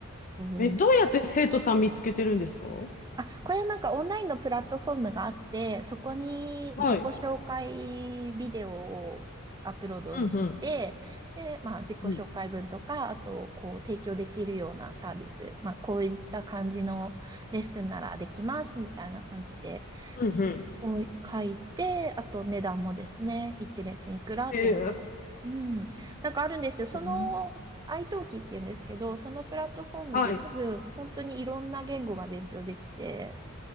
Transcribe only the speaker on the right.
そう。
あ、これはなんかオンラインのプラットフォームがあって、そこに自己紹介ビデオをアップロードして、
で、まあ自己紹介文とか、
あとこう提供できるようなサービス、まあこういった感じのレッスンならできますみたいな感じで。
を書いて、あと値段もですね、1レッスンいくらっていうのも。
うん。なんかあるんですよ。その、
iTalki っていうんですけど、そのプラットフォームで多分本当にいろんな言語が勉強できて、